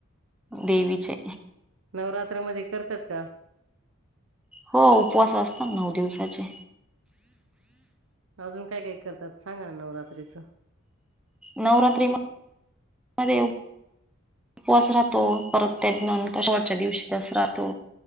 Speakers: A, in the centre; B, on the right (about 65°).
A: देवीचे
B: नवरात्रामध्ये करतात का?
A: हो उपवास असतो नऊ दिवसाचा.
B: अजून काय काय करतात सांगा नवरात्रीचं.
A: नवरात्री म-मधे उपवास राहतो परत त्यातन त्या शेवटच्या दिवशी दस राहतो